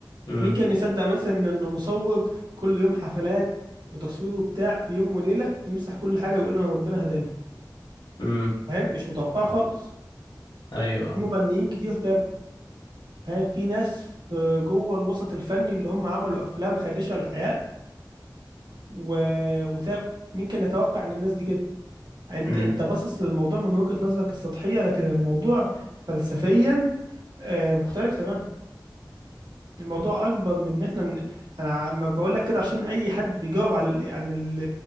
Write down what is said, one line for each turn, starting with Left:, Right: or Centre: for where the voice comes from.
Left: امم
Right: مين كان يصدق مثلا انه مصور كل يوم حفلات وتصوير وبتاع في يوم وليلة يمسح كل حاجة ويقول انا ربنا هداني
Left: امم
Right: فاهم مش متوقع خالص
Left: ايوه
Right: في مغنيين كتير تابوا فاهم في ناس في- جوه الوسط الفني اللي هم عملوا افلام خادشة للحياة و... وتابوا مين كان يتوقع ان الناس دي كده انت
Left: امم
Right: انت باصص للموضوع من وجهة نظرك السطحية لكن الموضوع فلسفيا آه، مختلف تماما الموضوع اكبر من ان احنا ن- انا ما بقول لك كده عشان اي حد بيجاوب على ال... عن ال...